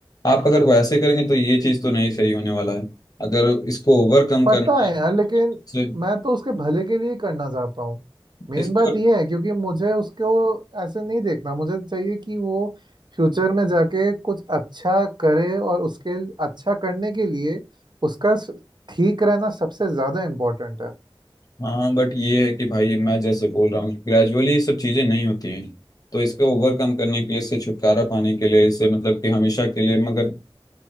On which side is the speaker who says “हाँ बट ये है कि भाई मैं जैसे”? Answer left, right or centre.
Left